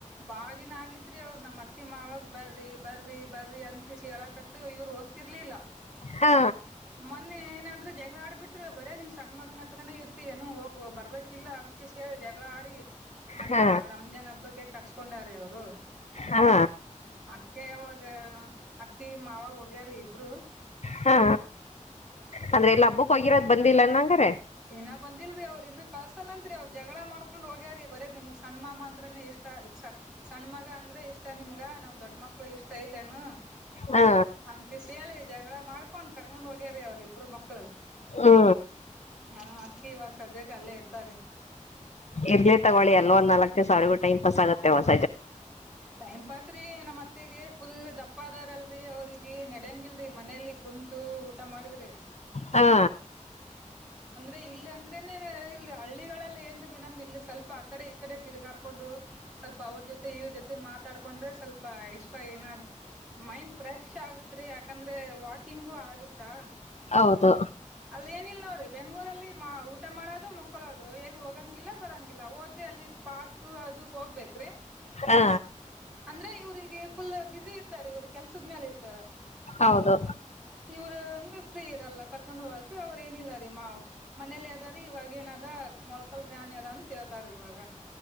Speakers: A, in the centre; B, on the left.
A: ಬಾಳ ದಿನ ಆಗತ್್ರಿ ಅವ್ರ ನಮ್ಮ್ ಅತ್ತೆ ಮಾವಾಗ ಬರ್ರಿ ಬರ್ರಿ ಬರ್ರಿ ಅಂತಕಷಿ ಹೇಳಕತ್ತ ಇವರು ಹೋಗ್ತಿರ್ಲಿಲ್ಲ
B: ಹಾ
A: ಮೊನ್ನೆ ಏನಂದ್ರೆ ಜ ಆಡ್ ಬಿಿ್ರರು ಬರೇ ನೀನ್ ಸಣ್ಣಗ್ನ ಾನೇ ಇರ್ತ ಏನು ಹೋಗ ಬರ್ಬೇಕು ಇಲಾನ್ ಹೇಳಿ ಜಗಳ ಆಡಿ ಮನೆ
B: ಹಾ
A: ರಂಜಾನ್ ಹಬ್ಬಕ್ಕೆ ಕೊಂಡ ಅವರು
B: ಹಾ
A: ಅದಕ್ಕೆಾಗ ಅತ್ತಿ ಮಾವ ಹೋಗ ಅ ಬ್ರೋ
B: ಹಾ ಆದದ್ರೆ ಎಲ್ಲ ಹಬ್ಬಕ್ ಹೋಗಿರೋದ ಬಂದಿಲ್ಲನ್ ಹಂಗ್ರ
A: ಇನ ಬಂದಿಲ್ರಿ ಅವ್ರರು ಇನ್ನ ಕಳ್ಸಲ್ಲಂತ್ರಿ ಅವ್ರ ಜಗಳ ಮಾಡ್ಕೊಂಡ್ ಹೋಗ್ಯಾರಿೀ ಬರ ನಿಮ್ಗ್ ಸಣ್ಣ ಮಾಮ ಅಂದ್ರನೇ ಇಷ್ಟ ಸಣ್ಣ ಮಗ ಅಂದ್ರೆ ಇಷ್ಟ ನಿಮ್ಗ ಈ ನಾವ್ ದೊಡ್ ಮಕ್ಳು ಇಷ್ಟ ಇಲ್ಲೇನು
B: ಹಾ
A: ಅಂತ ಶಯಾಳೆ ಜಾಗ ಲ್ಲ ಮಾಡ್ಕೊಂಡ್ ಕರ್ಕೊಂಡ್ ಹೋಗ್ಯರಿ ಅವ್ರು ಇಬ್ರು ಮಕ್ಕು
B: ಹ್ಮ
A: ಹಾ ಅಕ್ಕಿ ಇವಾಗ ಸದ್ಯಕ್ಕೆ ಅಲ್ಲೇ ಇರ್ತಾರ
B: ಇರ್ಲಿ ತಗೊಳ್ಳಿ ಎಲ್ಲ ಒಂದು ನಲ್ಕೆ ಸಾರಿಗೂ ಟೈಮ್ ಪಸ್ಗುತ್ತೆಸ್
A: ಟೈಮ್ ಪಾಸ್ ರೀ ನಮ್ಮತ್ ಮತೆಗೆ ಫುಲ್ ದಪ್ಪ ಅಾರಲ್ರರಿ ಅವ್ರಿಗೆ ನೆಡಂಗಿಲ್ರರಿ ಮನಲಿ ಕುಂತು ಊಟ ಮಾಡಿದ್ರಿ
B: ಹಾ
A: ೆ ಇಲ್ಲಿ ಅಂದ್ರೆನೆ ಇಲ್ಲಿ ಹಳ್ಳಿಗಳಲ್ಲಿ ಏನ್ೀ ಮೇನಮ್ ಇಲ್ಲಿ ಸ್ವಲ್ಪ ಆಕಡೆ ಈ ಕಡೆ ತಿರುಗಾಡ್ಕೊಂಡು ಸ್ವಲ್ಪ ಅವ್ರ ಜೊತೆ ಇವ್ ಜೊತೆ ಮಾತಾಡ್ಕೊಂಡ್ರೆ ಸ್ವಲ್ಪ ಎಷ್ಟ್ರಾ ಏನಾದ್ ಮೈಂಡ್ ಫ್ರೆಶ್ ಆಗತ್ೀ ಯಾಕಂದ್ರೆ ವಾಕಿಂಗು ಆಗುತ್ತಾ
B: ಹೌದು
A: ಅಲ್ ಏನಿಲ್ಲ ನೋಡ್ರಿ ಬೆಂಗ್ೂರಲ್ಲಿ ಊಟ ಮಾಡೋದು ಮುಕ್ಕೊಳೋದು ಎಲ್ ಹೋಗಂಗಿಲ್ಲ ಬರಂಗಿಲ್ಲ ಹೋದ್ರಿ ಅಲ್ಲಿ ಪಾರ್ಕ್ ಅದು ಹೋಗ್ಬೇಕ್ರಿ
B: ಹಾ
A: ಅಂದ್ರೆ ಇವ್ರರಿಗೆ ಫುಲ್ ಬಿಸಿಿ ಇರ್ತಾರೆ ಇವರು ಕೆಲ್ಸದ ಮೇಲೆ ಇರ್ತಾರ
B: ಹೌದು
A: ಇವ್ರ ಅಂದ್ರೆ ಫ್ರೀ ಇರಲ್ಲ ಕರ್ಕೊಂಡ ಹೋಗಕ ಅವ್ರ ಏನಿಲ್ಲ ರೀ ಮಾ್ ಮನೇಲಿ ಅದಾರೀ ಇವಾಗ ಏನದ ಮೊಳ್ಕಲ್ ಬ್ಯಾನಿ ಅದ ಅಂತೇಳ್ತಾರ ಇವಾಗ